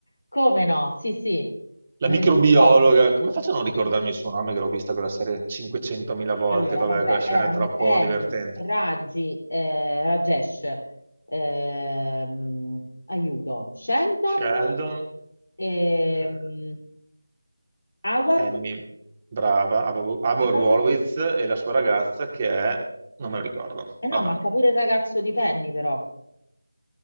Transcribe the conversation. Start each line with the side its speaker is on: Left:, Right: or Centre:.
Left: Come no? Sì, sì, me
Right: La microbiologa,
Left: ne ricordo.
Right: come faccio a non ricordarmi il suo nome che l'ho vista quella serie 500.000 volte?
Left: Allora,
Right: Vabbè,
Left: vabbè,
Right: quella scena
Left: erano
Right: è troppo
Left: Emi,
Right: divertente.
Left: Raggi, eh, Rajesh, ehm, aiuto, Sheldon,
Right: Sheldon,
Left: ehm,
Right: eh,
Left: Howard,
Right: eh, non mi- brava, Ava Ava
Left: Howard.
Right: Horowitz e la sua ragazza che è... Non me lo ricordo.
Left: Eh no,
Right: Vabbè.
Left: manca pure il ragazzo di Penny però.